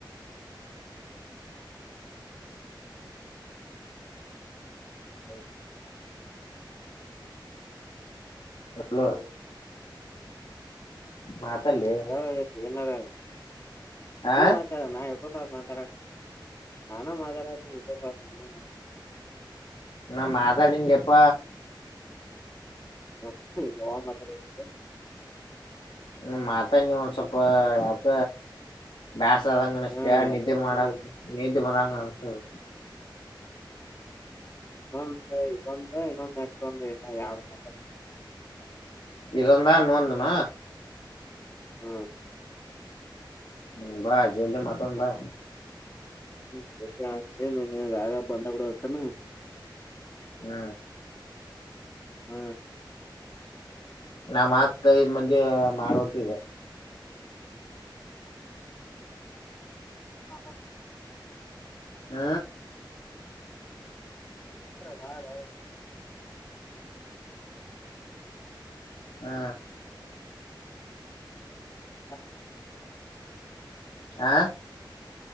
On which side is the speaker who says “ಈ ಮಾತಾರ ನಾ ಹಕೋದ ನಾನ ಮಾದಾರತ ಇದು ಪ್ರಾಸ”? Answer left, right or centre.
Left